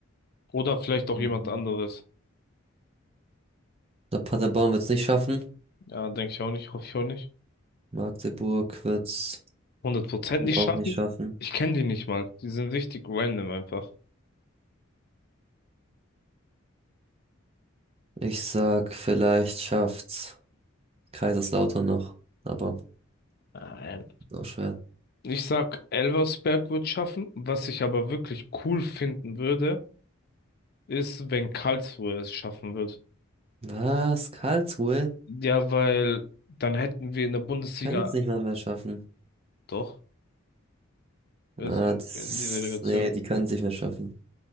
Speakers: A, on the left (about 50°); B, on the right (about 30°).
A: Oder vielleicht auch
B: Mhm.
A: jemand anderes?
B: Der Paderborn wird es nicht schaffen.
A: Ja, denke ich auch nicht, hoffe ich auch nicht.
B: Magdeburg wird es
A: Hundert Prozent nicht
B: auch
A: schaffen?
B: nicht schaffen.
A: Ich kenne die nicht mal. Die sind richtig random einfach.
B: Ich sag, vielleicht schafft's Kaiserslautern noch. Aber
A: Nein.
B: ist auch schwer.
A: Ich sag, Elversberg wird schaffen. Was ich aber wirklich cool finden würde, ist, wenn Karlsruhe es schaffen wird.
B: Was? Karlsruhe?
A: Ja, weil dann hätten wir in der Bundesliga
B: Können es nicht mal mehr schaffen.
A: doch, also
B: Ah, das
A: in
B: ist.
A: die Relegation.
B: Nee, die können es nicht mehr schaffen.